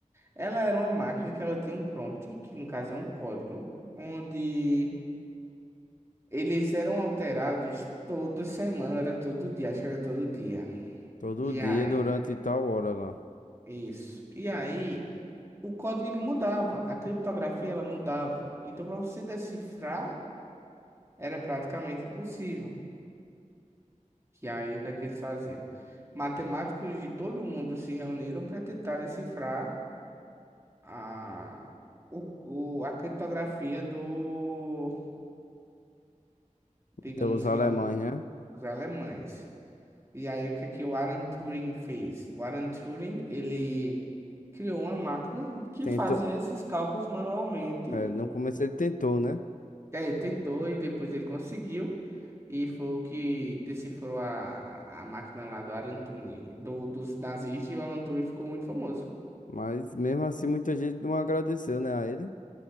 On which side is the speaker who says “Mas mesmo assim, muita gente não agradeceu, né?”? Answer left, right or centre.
Left